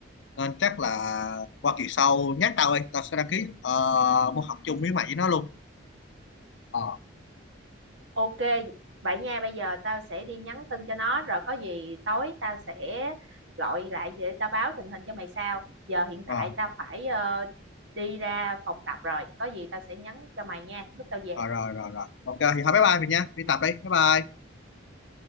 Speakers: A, on the left (about 65°); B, on the right (about 65°).
A: nên chắc là qua kỳ sau nhắc tao đi tao sẽ đăng ký ờ, môn học chung với mày với nó luôn ờ
B: Ok, vậy nha, bây giờ tao sẽ đi nhắn tin cho nó rồi có gì tối tao sẽ gọi lại để tao báo tình hình cho mày sao. Giờ hiện
A: rồi
B: tại tao phải ờ, đi ra phòng tập rồi, có gì tao sẽ nhắn cho mày nha, lúc tao về.
A: rồi rồi rồi rồi ok thì thôi bye bye mình nha đi tập đi bye bye